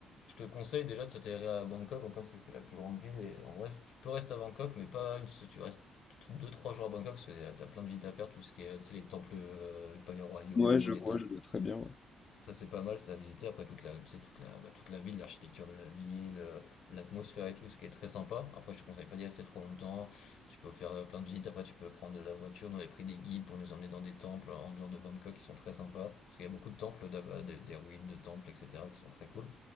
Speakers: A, on the left; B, on the left.
A: je te conseille déjà de s'atterrir à Bangkok. Bangkok, c'est que c'est la plus grande ville. Et en vrai, tu peux rester à Bangkok, mais pas une, tu restes deux trois jours à Bangkok parce que t'as plein de visites à faire. Tout ce qui est, tu sais, les temples, euh, les palais royaux,
B: Ouais, je
A: les
B: vois,
A: temples.
B: je vois très bien, ouais.
A: Ça, c'est pas mal, ça, à visiter. Après, toute la, c'est toute la, bah, toute la ville, l'architecture de la ville, euh, l'atmosphère et tout, ce qui est très sympa. Après, je te conseille pas d'y rester trop longtemps. Tu peux faire euh, plein de visites. Après, tu peux prendre de la voiture. Nous, on avait pris des guides pour nous emmener dans des temples en dehors de Bangkok qui sont très sympas. Parce qu'il y a beaucoup de temples là-bas, des, des ruines de temples, etc., qui sont très cool.